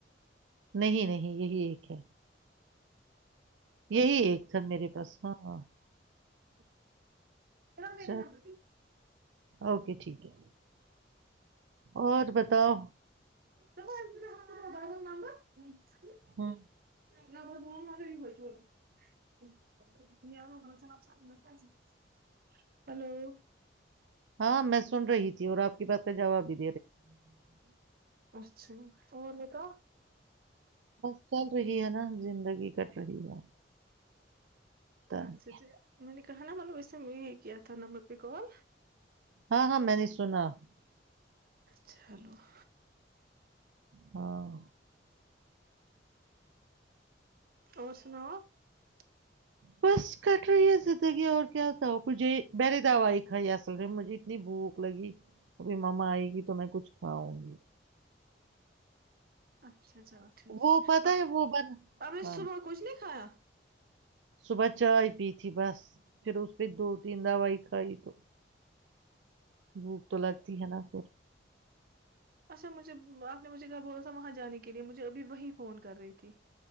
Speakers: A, on the right (about 85°); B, on the right (about 55°).
A: نہیں نہیں یہی ایک ہے <unintelligible> یہی
B: اچھا
A: ایک تھا میرے پاس ہاں
B: ا <unintelligible> چ میر
A: چلو
B: نم <inaudible>
A: اوکے ٹھیک ہے اور بتاؤ
B: نمبر
A: ہوں
B: لگ ہلو
A: ہاں میں سن رہی تھی اور آپ کی بات جا بھی <unintelligible>
B: ہ <unintelligible> اچھا اور دیتا
A: بس چل رہی ہے نا زندگی کٹ رہی ہے پتہ نہیں
B: اچھا ج م <unintelligible> کہ ن مطلب اسسے نے میں ایک کےیات نمبر پہ کال
A: ہاں ہاں میں نہیں سنا <unintelligible>
B: چلو <unintelligible>
A: ہاں <unintelligible>
B: اور سناؤ <unintelligible>
A: بس کٹ رہی ہے زندگی اور کیا ہوتا ہو کجھے بری دوائی کھائی اصل مجھے اتنی بھوک لگی ابھی ماما آئے گی تو میں کچھ کھاؤں گی
B: اچھا <unintelligible> اچھا چلو ٹھیک
A: وہ
B: ہے
A: پتہ
B: آپ نے
A: وہ بن
B: آپ نے
A: ہاں
B: صبح کچھ نہیں کھایا <unintelligible>
A: صبح چائے پی تھی بس پھر اس پہ دو تین دوائی کھائی تو بھوک تو لگتی ہے نا پھر
B: اچھا مجھے آپ نے مجھے گھر بولا تھا وہاں جانے کے لیے مجھے ابھی وہیں فون کر رہی تھی